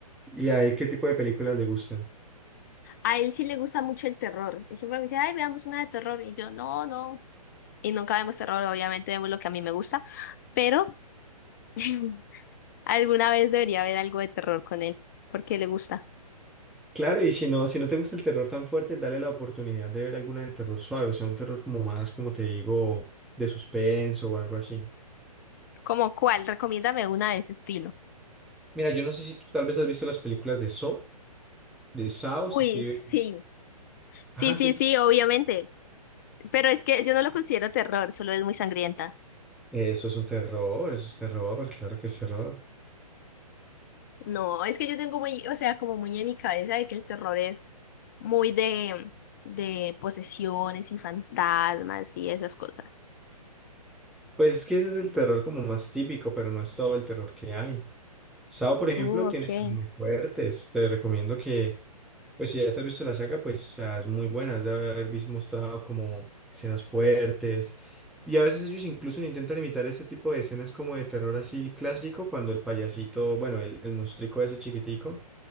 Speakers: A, in the centre; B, on the left.
A: ¿Y a él qué tipo de películas le gustan?
B: A él sí le gusta mucho el terror y siempre me dice, ay, veamos una de terror y yo, no, no. Y nunca vemos terror, obviamente vemos lo que a mí me gusta. Pero <laughs> Alguna vez debería haber algo de terror con él, porque le gusta.
A: Claro, y si no, si no te gusta el terror tan fuerte, dale la oportunidad de ver alguna de terror suave, o sea, un terror como más, como te digo, de suspenso o algo así.
B: ¿Cómo cuál? Recomiéndame una de ese estilo.
A: Mira, yo no sé si tú tal vez has visto las películas de Saw, de Saw,
B: Uy,
A: se escribe.
B: sí. Sí,
A: Ah,
B: sí,
A: sí.
B: sí, obviamente. Pero es que yo no lo considero terror, solo es muy sangrienta.
A: Eso es un terror, eso es terror, claro que es terror.
B: No, es que yo tengo muy, o sea, como muy en mi cabeza de que el terror es muy de, de posesiones y fantasmas y esas cosas.
A: Pues es que ese es el terror como más típico, pero no es todo el terror que hay. Sao, por ejemplo,
B: Uh,
A: tiene
B: ok.
A: escenas muy fuertes. Te recomiendo que, pues si ya te has visto la saga, pues ah, es muy buena. Has de haber visto mostrado como escenas fuertes. Y a veces ellos incluso intentan imitar ese tipo de escenas como de terror así clásico, cuando el payasito, bueno, el, el monstruico ese chiquitico